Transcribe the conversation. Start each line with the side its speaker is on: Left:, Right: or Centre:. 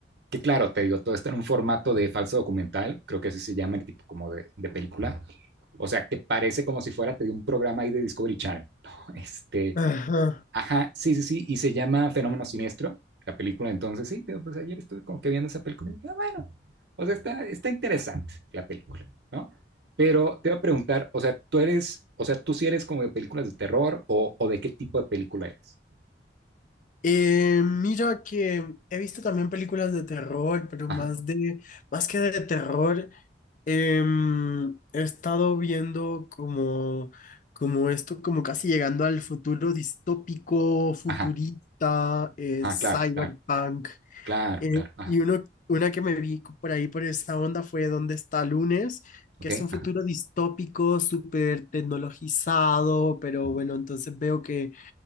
Right: Que claro, te digo, todo está en un formato de falso documental, creo que así se llama el tipo como de, de película, o sea, que parece como si fuera, te digo, un programa ahí de Discovery Channel, <laughs> ¿no? Este,
Left: Ajá.
Right: Ajá, sí, sí, sí, y se llama Fenómeno Siniestro, la película, entonces sí, pero pues ayer estuve como que viendo esa película y dije, ah, bueno, o sea, está, está interesante la película, ¿no? Pero te voy a preguntar, o sea, tú eres, o sea, tú sí eres como de películas de terror o, o de qué tipo de película eres.
Left: Eh, mira que he visto también películas de terror, pero
Right: Ajá,
Left: más de, más que de terror, em, he estado viendo como, como esto, como casi llegando al futuro distópico, futurista,
Right: ajá,
Left: eh,
Right: ah,
Left: cyberpunk.
Right: claro, claro, claro,
Left: Eh,
Right: claro, ajá,
Left: y uno, una que me vi por ahí por esa onda fue ¿Dónde está lunes?
Right: ok,
Left: que es un futuro
Right: ajá,
Left: distópico, súper tecnologizado, pero
Right: ujú.
Left: bueno, entonces veo que,